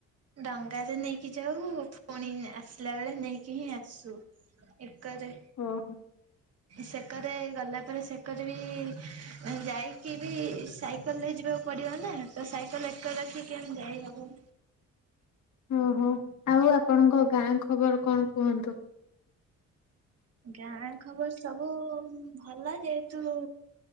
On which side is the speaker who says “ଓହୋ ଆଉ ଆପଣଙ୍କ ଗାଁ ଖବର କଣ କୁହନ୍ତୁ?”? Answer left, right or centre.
Left